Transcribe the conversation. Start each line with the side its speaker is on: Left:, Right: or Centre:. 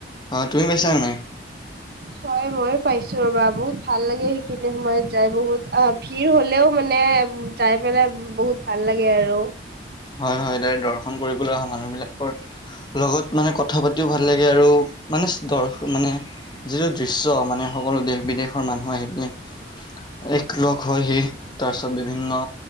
Left: অ তুমি পাইছা নাই
Right: হয় ময়ো পাইছো ৰ'বা বহুত ভাল লাগে সেইখিনি সময়ত যাই বহুত আ ভিৰ হ'লেও মানে যাই পেলাই বহুত ভাল আৰু
Left: হয় হয় তাৰে দৰ্শন কৰিবলৈ অহা মানুহবিলাকৰ লগত মানে কথা পাতিও ভাল লাগে আৰু মানে দৰ্শ মানে যিটো দৃশ্য মানে সকলো দেশ বিদেশৰ মানুহ আহি পিনে এক লগ হয়হি তাৰ পিছত বিভিন্ন